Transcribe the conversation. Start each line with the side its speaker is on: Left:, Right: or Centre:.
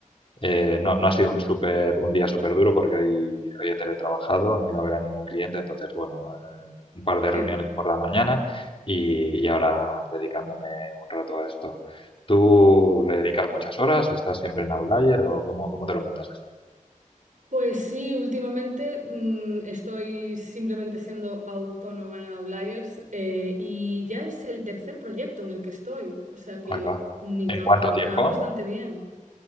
Left: Eh, no, no ha sido un súper, un día súper duro porque hoy, hoy he teletrabajado, no he ido a ver a ningún cliente, entonces, bueno, eh, un par de
Right: Qué
Left: reuniones
Right: bien.
Left: por la mañana y, y ahora dedicándome un rato a esto. ¿Tú le dedicas muchas horas? ¿Estás siempre en Outlier o cómo, cómo te lo montas esto?
Right: Pues sí, últimamente mm, estoy simplemente siendo autónoma en Outliers eh, y ya es el tercer proyecto en el que estoy. O sea que
Left: Ahí va.
Right: ni
Left: ¿En
Right: tan
Left: cuánto
Right: mal,
Left: tiempo?
Right: me va bastante bien.